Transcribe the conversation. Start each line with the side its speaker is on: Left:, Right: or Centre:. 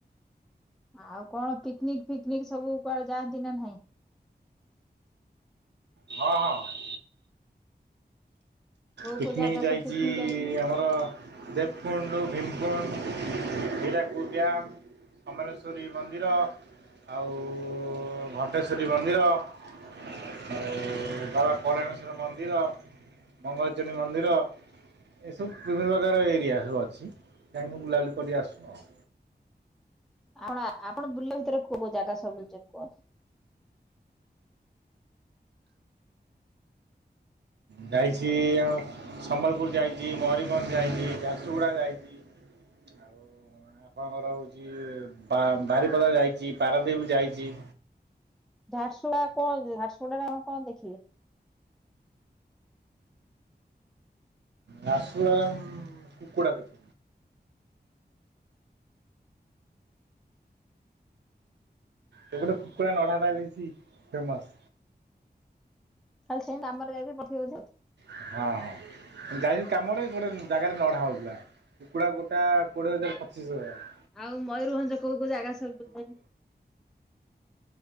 Centre: ଆଉ କଣ ପିକନିକ ଫିକନିକ ସବୁ କୁଆଡେ ଯାଆନ୍ତି ନା ନାଇଁ
Right: ହଁ ହଁ
Centre: କୋଉ
Right: ପିକନିକ
Centre: କୋଉ ଜାଗା
Right: ଯାଇଛି
Centre: ସବୁ ପିକନିକ ଯାଇଥିଲେ?
Right: ଆମର ଦେବକୁଣ୍ଡ ଭୀମକୁଣ୍ଡ ହୀରାକୁଦ ଡ୍ୟାମ୍ କମଲେଶ୍ୱରୀ ମନ୍ଦିର ଆଉ ଉ ଘଣ୍ଟେଶ୍ୱରୀ ମନ୍ଦିର
Centre: <inaudible>
Right: ଆଉ ବାବା ପଲଣେଶ୍ୱଵର ମନ୍ଦିର ମଙ୍ଗଳଚଣୀ ମନ୍ଦିର ଏସବୁ ବିଭିନ୍ନ ପ୍ରକାର ଏରିଆ ସବୁ ଅଛି କାହିଁକି ମୁଁ ବୁଲାବୁଲି କରି ଆସୁ ଆଉ
Centre: ଆପଣ ଆପଣ ବୁଲିଲା ଭିତରେ କୋଉ କୋଉ ଜାଗା ସବୁ ବୁଲିଛନ୍ତି କୁହନ୍ତୁ।
Right: ଯାଇଛି ଆଉ ସମ୍ବଲପୁର ଯାଇଛି ମୟୂରଭଞ୍ଜ ଯାଇଛି ଝାରସୁଗୁଡ଼ା ଯାଇଛି ଆଉ ଆପଣଙ୍କର ହେଉଛି ବାରିପଦା ଯାଇଛି ପାରାଦ୍ୱୀପ ଯାଇଛି
Centre: ଝାରସୁଗୁଡା କଣ ଝାରସୁଗୁଡାରେ ଆପଣ କଣ ଦେଖିଲେ?
Right: ଝାରସୁଗୁଡ଼ା ରେ ଆମ କୁକୁଡ଼ା ଦେଖ ଏ ଗୋଟେ କୁକୁଡ଼ା ନଢା ଟା ବେଶୀ ଫେମସ୍
Centre: ଖାଲି ସେ ଆମର ଯାଇବି ପଠେଇବଧ
Right: ହଁ ହଁ ଯାଇିନି କାମରେ ଗୋଟେ ଜାଗାରେ ନଢା ହେଉଥିଲା କୁକୁଡ଼ା ଗୋଟା କୋଡ଼ିଏ ହଜାର ପଚିଶ ହଜାର
Centre: ଆଉ ମୟୂରଭଞ୍ଜ କୋଉ କୋଉ ଜାଗା ସବୁ ବୁଲିଛନ୍ତି